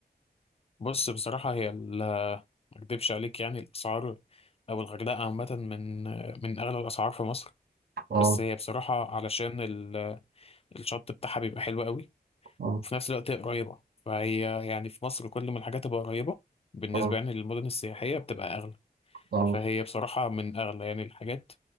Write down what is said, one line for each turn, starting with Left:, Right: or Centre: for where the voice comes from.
Left: بص بصراحة هي ال- ما اكدبش عليك يعني الأسعار أو الغردقة عامة من من أغلى الأسعار في مصر
Right: اه
Left: بس هي بصراحة علشان ال- الشط بتاعها بيبقى حلو قوي
Right: اه
Left: وفي نفس الوقت هي قريبة فهي يعني في مصر كل ما الحاجات تبقى قريبة بالنسبة
Right: اه
Left: يعني للمدن السياحية بتبقى أغلى
Right: اه
Left: فهي بصراحة من أغلى يعني الحاجات